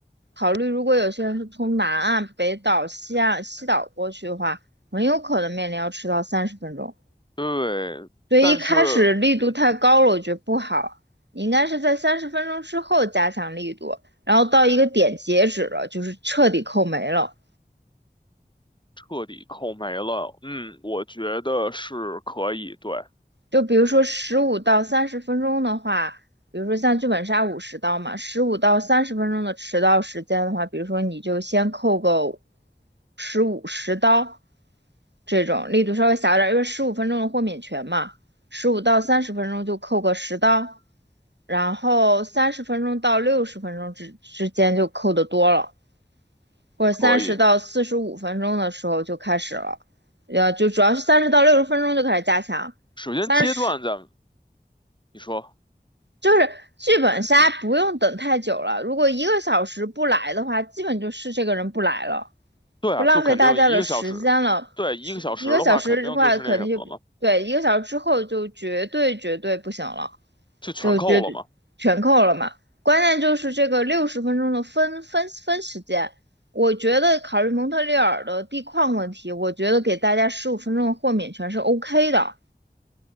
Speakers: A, on the right; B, on the left.
A: 考虑，如果有些人是从南岸、北岛、西岸、西岛过去的话，很有可能面临要迟到三十分钟。
B: 对。
A: 所以一开始力度太高了，
B: 但是，嗯哼，
A: 我觉得不好。你应该是在三十分钟之后加强力度，然后到一个点截止了，就是彻底扣没了。
B: 彻底扣没了，嗯，我觉得是可以，对，
A: 就比如说十五到三十分钟的话，比如说像剧本杀五十刀嘛，十五到三十分钟的迟到时间的话，比如说你就先扣个十五十刀，这种力度稍微小一点因为十五分钟的豁免权嘛，十五到三十分钟就扣个十刀，然后三十分钟到六十分钟之之间就扣的多了，或者三十到四十五分钟的时候就开始了，
B: 可以。
A: 呃，就主要是三十到六十分钟就开始加强。
B: 首先阶段咱们
A: 三十
B: 你说，
A: 就是剧本杀不用等太久了，如果一个小时不来的话，基本就是这个人不来了，
B: 对啊，
A: 不浪费大家的时间了。
B: 就肯定一个小时，对，一个小时的话，
A: 是一个小时的话，
B: 肯定就是那什么了嘛，
A: 肯定就对，一个小时之后就绝对绝对不行了，
B: 就全扣了嘛，
A: 就绝对全扣了嘛。关键就是这个六十分钟的分分分时间，我觉得考虑蒙特利尔的地况问题，我觉得给大家十五分钟的豁免权是 OK 的。